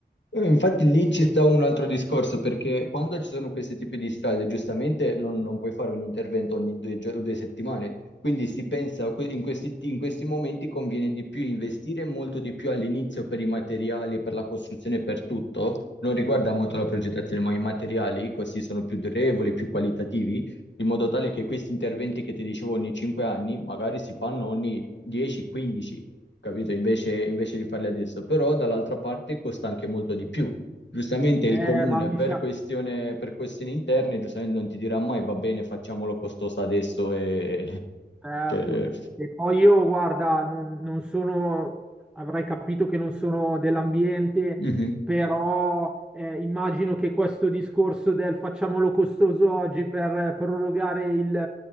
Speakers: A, on the left (about 75°); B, in the centre.
A: eh, infatti lì ci sta un altro discorso, perché quando ci sono questi tipi di strade, giustamente non, non puoi fare un intervento ogni due, gio- due settimane, quindi si pensa que- in questi, ti- in questi momenti conviene di più investire molto di più all'inizio per i materiali, per la costruzione, per tutto, non riguarda molto la progettazione, ma i materiali così sono più durevoli, più qualitativi, in modo tale che questi interventi che ti dicevo ogni 5 anni, magari si fanno ogni 10-15 capito? Invece, invece di farli adesso. Però dall'altra parte costa anche molto di più. Giustamente
B: eh,
A: il comune
B: ma mi
A: per
B: sa,
A: questione, per questioni interne, giustamente non ti dirà mai va bene, facciamolo costoso adesso e... <laughs>
B: Certo,
A: Cioè,
B: e poi io, guarda, non, non sono, avrai capito che non sono dell'ambiente,
A: mhm.
B: però eh, immagino che questo discorso del facciamolo costoso oggi per prorogare il,